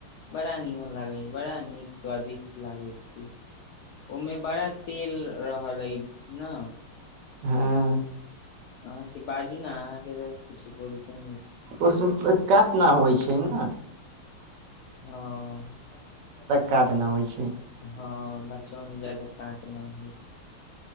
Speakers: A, on the left (about 75°); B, on the right (about 65°).
A: बड़ा निमन लागे छै बड़ा नीक स्वदिष्ट लागे छै ओहिमे बड़ा तेल रहल अइ न
B: हँ
A: अहाँके बाजू ने अहाँके त कुछु बोलते न
B: उसमे कात न होइ छै ने
A: हँ
B: काटना होइ छै
A: हँ बच्चोमे जाादा कांट ना होइ छै